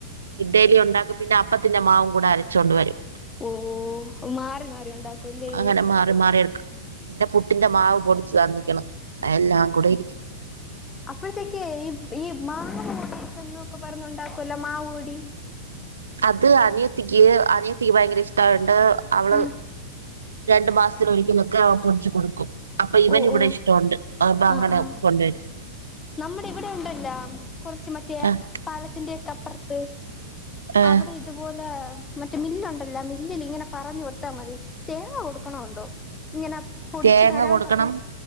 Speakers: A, on the right (about 90°); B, on the left (about 20°).
A: ഇസ്‌ലി ഉണ്ടാകും പിന്നെ അപ്പത്തിന്റെ മാവും കൂടെ അരച്ചോണ്ടണ്ട് വരും
B: ഓഹ് മാറി മാറി ഉണ്ടാക്കുംല്ലേ
A: അങ്ങനെ മാറി മാറി എടുക്കും പിന്നെ പുട്ടിന്റെ മാവ് പൊടിച്ചു തന്നിക്ക്ണ് എല്ലാം കൂടെ ഇരിക്ക്ണ്
B: അപ്പഴത്തേക്ക് ഈ ഈ മാ ക്കന്നൊക്കെ പറഞ്ഞണ്ടാക്കലോ മാ കൂടി
A: അത് അനിയത്തിക്ക് അനിയത്തിക്ക് ഭയങ്കര ഇഷ്ടണ്ട് അവള്
B: ആ
A: രണ്ട് മാസം ഒരിക്കലൊക്കെ പൊടിച്ചു കൊടുക്കും അപ്പൊ ഇവൻ
B: ഓ
A: ഇവിടെ
B: ഓ
A: ഇഷ്ടമുണ്ട്പ്പൊ അങ്ങനെ
B: ആ ആ
A: കൊണ്ടുവരും
B: നമ്മുടെ ഇവിടെ ഉണ്ടല്ലോ കുറച്ച് മറ്റേ
A: ആഹ്
B: പാലത്തിന്റെ ക്കപ്പറത്ത്
A: ആഹ്
B: അവിടെ ഇതുപോലെ മറ്റേ മില്ലുണ്ടല്ലോ മില്ലിൽ ഇങ്ങനെ പറഞ്ഞു കൊടുത്താ മതി തേങ്ങ കൊടുക്കണന്തോ ഇങ്ങനെ പൊടിച്ചു
A: തേങ്ങ
B: തരാൻ
A: കൊടുക്കണം
B: പറഞ്ഞ്